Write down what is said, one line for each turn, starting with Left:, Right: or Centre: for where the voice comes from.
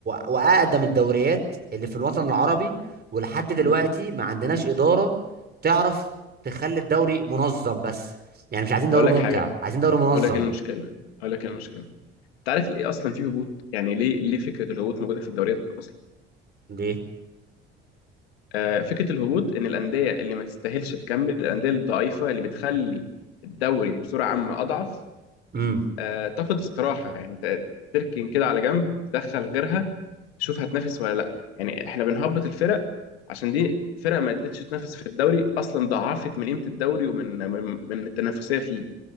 Right: واقدم الدوريات اللي في الوطن العربي ولحد دلوقتي
Left: مم.
Right: ما عندناش إدارة تعرف تخلي الدوري منظم بس يعني مش عايزين دوري
Left: هقول لك
Right: ممتع
Left: حاجة
Right: عايزين دوري منظم
Left: هقول لك إيه المشكلة هقول لك إيه المشكلة انت عارف ليه اصلا في هبوط يعني ليه ليه فكره الهبوط موجوده في الدوريات اصلا
Right: ليه
Left: آه، فكره الهبوط ان الانديه اللي ما تستاهلش تكمل الانديه الضعيفه اللي بتخلي الدوري بسرعه عامه اضعف
Right: امم
Left: آه، تاخد استراحه يعني ت- تركن كده على جنب تدخل غيرها تشوف هتنافس ولا لا يعني احنا بنهبط الفرق عشان دي فرق ما قدرتش تنافس في الدوري اصلا ضعفت من قيمه الدوري ومن من, من التنافسيه فيه